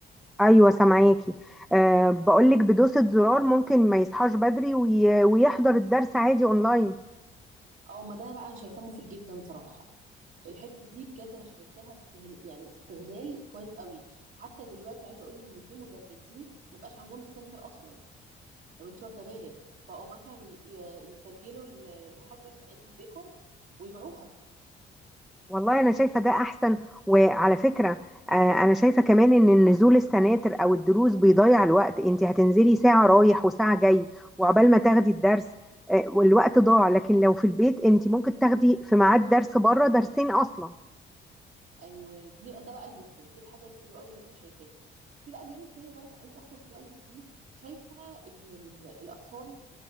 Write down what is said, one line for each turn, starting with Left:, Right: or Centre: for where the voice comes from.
Centre: ايوه سامعاكي أه بقولك بدوسه زرار ممكن ما يصحاش بدري وي... ويحضر الدرس عادي اونلاين
Right: اه ما ده بقى انا شايفاه مفيد جدا صراحة الحتة دي بجد انا شايفاها استهل... يعني استغلال كويس قوي حتى دلوقتي عايزة اقول لك ان في مدرسين ما بقاش عندهم سنتر اصلا لو انت واخده بالك بقوا مثلا ي- ي- يسجلوا ال- المحاضره بتاعتهم ريكورد ويبيعوها
Centre: والله انا شايفه ده احسن وعلى فكره آه، انا شايفه كمان ان النزول السناتر او الدروس بيضيع الوقت انت هتنزلي ساعه رايح وساعه جاي وعقبال ما تاخدي الدرس آه، والوقت ضاع لكن لو في البيت انت ممكن تاخدي في ميعاد درس بره درسين اصلا
Right: ايوه دي ده بقى البوستيف دي الحاجه الحلوه قوي اللي انا شايفاها في بقى جانب تاني برضه عايزه اخد رايك فيه شايفه ان ال- الاطفال